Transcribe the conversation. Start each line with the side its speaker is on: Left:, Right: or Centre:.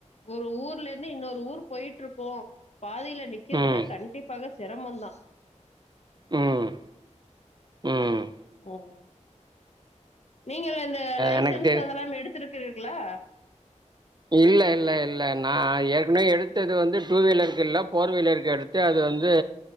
Left: ஒரு ஊர்லருந்து இன்னொரு ஊர் போயிட்டு இருப்போம் பாதில நிக்குதுன்னா
Right: ம்
Left: கண்டிப்பாக செரமோ தான்
Right: ம் ம்
Left: ம் நீங்கள் இந்த லைசன்ஸ்
Right: எனக்கு தெரி
Left: அதெல்லாம் எடுத்திருக்கிறீங்களா
Right: இல்ல இல்ல இல்ல நா ஏற்கனவே எடுத்தது வந்து டூ வீலருக்கு இல்ல போர் வீலருக்கு எடுத் து அது வந்து